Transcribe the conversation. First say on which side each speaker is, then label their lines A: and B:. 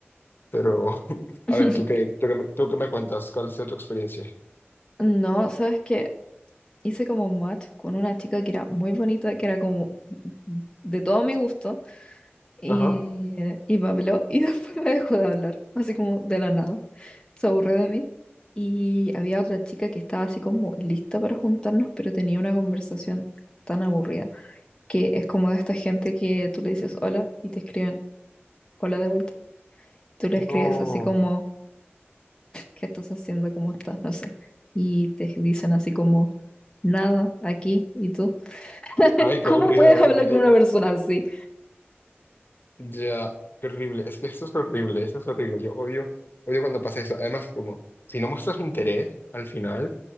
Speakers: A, on the left; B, on the left.
A: pero <laughs>
B: <laughs>
A: a ver, ¿tú qué, tú qué, me tú qué me cuentas? ¿Cuál ha sido tu experiencia?
B: No, sabes que hice como match con una chica que era muy bonita, que era como de todo mi gusto. Y,
A: Ajá.
B: y me habló y <laughs> después me dejó de hablar, así como de la nada. Se aburrió de mí. Y había otra chica que estaba así como lista para juntarnos, pero tenía una conversación tan aburrida, que es como de esta gente que tú le dices hola y te escriben hola de vuelta. Tú le
A: No.
B: escribes así como, ¿qué estás haciendo? ¿Cómo estás? No sé. Y te dicen así como, nada, aquí, ¿y tú?
A: Ay,
B: <laughs>
A: qué
B: ¿Cómo
A: aburrido.
B: puedes hablar
A: Di-
B: con una persona así?
A: Ya, qué horrible. Es que esto es horrible, esto es horrible. Yo odio, odio cuando pasa eso. Además, como, si no muestras interés al final,